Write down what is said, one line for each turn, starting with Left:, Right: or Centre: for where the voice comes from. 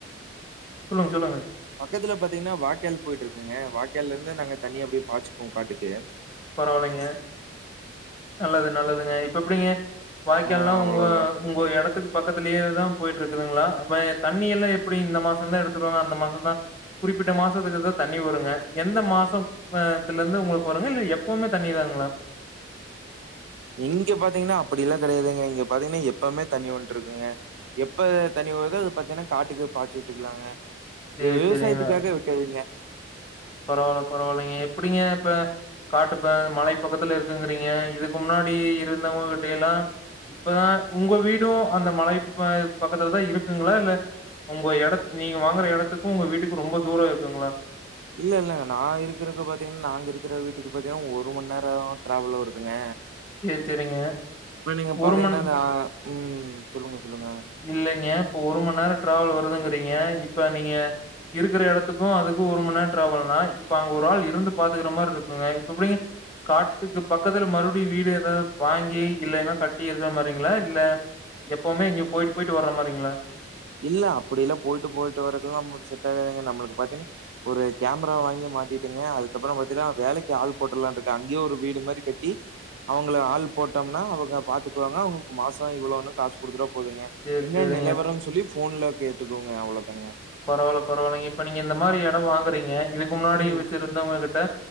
Left: சொல்லுங்க சொல்லுங்க
Right: பக்கத்துல பாத்தீங்கன்னா வாய்க்கால் போயிட்டு இருக்குங்க வாய்க்காலிருந்து நாங்க தண்ணி அப்டியே பாய்சுக்குவோ காட்டுக்கு
Left: பரவால்லைங்க நல்லது நல்லதுங்க இப்ப எப்டிங்க வாய்க்கால்லா
Right: ஆ அவ்வளவுதான்.
Left: உங்க உங்க எடத்துக்கு பக்கத்துலயேதா போயிட்டு இருக்குதுங்ளா அப்ப தண்ணி எல்லா எப்புடி இந்த மாசந்தா எடுத்துவுடுவாங்க அந்த மாசந்தா குறிப்பிட்ட மாசத்துக்குதா தண்ணி வருங்க எந்த மாசோ த்துலந்து உங்களுக்கு வருங்க இல்ல எப்பவுமே தண்ணிதாங்களா
Right: இங்க பாத்தீங்கனா அப்டி எல்லா கெடையாதுங்க இங்க பாத்தீங்னா எப்பவுமே தண்ணி வந்ட்டு இருக்குங்க எப்ப தண்ணி வருதோ அது பாத்தீங்னா காட்டுக்கு பாச்சு விட்டுக்கலாங்க
Left: சரி,
Right: இது விவசாயத்துக்காக
Left: சரிங்க.
Right: விட்டதுங்க
Left: பரவால்ல பரவால்லைங்க எப்டிங்க இப்ப காட்டுப்ப மலை பகக்கத்துல இருக்குங்கிறீங்க இதுக்கு முன்னாடி இருந்தவுங்ககிட்ட எல்லா இப்பதா உங்க வீடு அந்த மலை பக்கத்துலதா இருக்குங்களா இல்ல ஒங்க எடத் நீங்க வாங்குற எடத்துக்கு உங்க வீட்டுக்கு ரொம்ப தூரோ இருக்குங்களா
Right: இல்ல இல்ல நா இருக்கறக்கு பாத்தீங்ன்னா நாங்க இருக்கிற வீட்டுக்கு பாத்தீங்கன்னா ஒரு மணநேரோ டிராவல் வருதுங்க
Left: சரி, சரிங்க.
Right: இப்ப நீங்க பாத்தீங்கன்னா
Left: ஒரு மண்
Right: அந்த அ ம் சொல்லுங்கோ சொல்லுங்க
Left: இல்லைங்க இப்போ ஒரு மண்நேரோ டிராவல் வருதுங்கிறீங்க இப்ப நீங்க இருக்கிற இடத்துக்கு அதுக்கு ஒரு மண்நேரோ டிராவல்னா இப்ப அங்க ஒரு ஆள் இருந்து பாத்துக்கிற மார் இருக்குங்க இப்ப எப்டிங்க காட்டுக்கு பக்கத்துல மறுபடியு வீடு எதாது வாங்கி இல்லேன்னா கட்டி இருக்க மாரிங்ளா இல்ல எப்பவுமே இங்க போய்ட்டு போய்ட்டு வர்ற மாரிங்ளா
Right: இல்ல அப்டில்லா போய்ட்டு போய்ட்டு வரக்குல்லா நமக்கு செட்டாகாதுங்க நம்மளுக்கு பாத்தீங்னா ஒரு கேமரா வாங்கி மாட்டிட்டுங்க அதுக்கப்புறபாத்தினா வேலக்கி ஆள் போட்ருலான்ருக்கே அங்கேயே ஒரு வீடு மாரி கட்டி அவுங்கள ஆள் போட்டோம்னா அவுங்க பாத்துக்குவாங்க அவுங்களுக்கு மாசோ இவ்ளோனு காசு குடுத்துடா போதுங்க
Left: சரி,
Right: என்ன
Left: சரிங்க.
Right: நிலவரம் சொல்லி ஃபோன்ல கேட்டுக்குவோங்க அவ்ளோதாங்க
Left: பரவால்ல பரவால்லைங்க இப்ப நீங்க இந்த மாரி எடம் வாங்குறீங்க இதுக்கு முன்னாடி
Right: ம்
Left: வெச்சிருந்தவுங்க கிட்ட